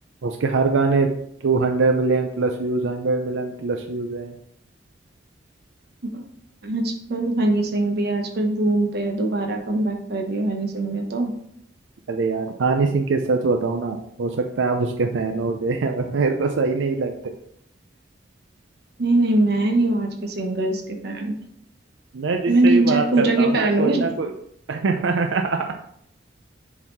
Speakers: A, on the right; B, on the right.
A: उसके हर गाने Two hundred million plus views hundred million plus views है
B: हाँ, आजकल हनी सिंह भी आजकल बूम पे है दोबारा कमबैक कर दिया हनी सिंह ने तो
A: अरे यार हनी सिंह के सच बताऊं ना हो सकता है आप उसके फैन हो गए हैं, और मेरे को सही नहीं लगते
B: नहीं नहीं मैं नहीं हूँ आज के सिंगर्स के फैन
A: मैं जिससे
B: मैं ढिंचैक
A: भी बात
B: पूजा
A: करता
B: की
A: हूँ ना
B: फैन
A: कोई
B: हूँ <laughs>
A: ना कोई <laughs>